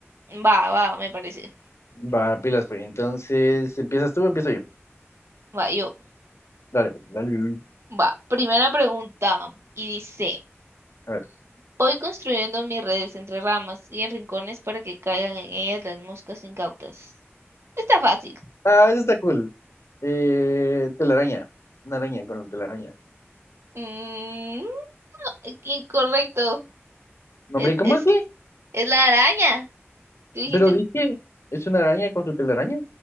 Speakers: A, on the right; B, on the left.
A: va, va, me parece.
B: Va, pilas, pues. Entonces, ¿empiezas tú o empiezo yo?
A: Va, yo.
B: Dale, pues, dale.
A: Va, primera pregunta. Y dice,
B: A ver.
A: voy construyendo mis redes entre ramas y en rincones para que caigan en ellas las moscas incautas. Está fácil.
B: Ah, eso está cool. Eh, telaraña. Una araña con telaraña.
A: Mm, incorrecto.
B: No,
A: Es,
B: Hombre, ¿cómo
A: es,
B: así?
A: es la araña. Tú dijiste.
B: Pero dije, ¿es una araña con su telaraña?